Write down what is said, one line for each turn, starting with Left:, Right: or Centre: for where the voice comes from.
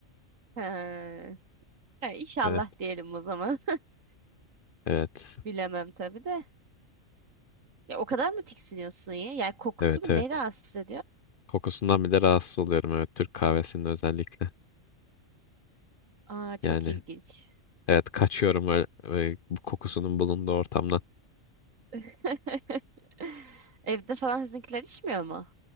Right: Ha. Ha, inşallah
Left: Evet,
Right: diyelim o zaman. <laughs>
Left: evet,
Right: Bilemem tabii de. Ya o kadar mı tiksiniyorsun ya? Yani kokusu
Left: evet,
Right: mu
Left: evet.
Right: ne rahatsız ediyor?
Left: Kokusundan bile rahatsız oluyorum evet Türk kahvesinin özellikle.
Right: Aa çok
Left: Yani
Right: ilginç.
Left: evet kaçıyorum öyle, öyle bu kokusunun bulunduğu ortamdan.
Right: <laughs> Evde falan sizinkiler içmiyor mu?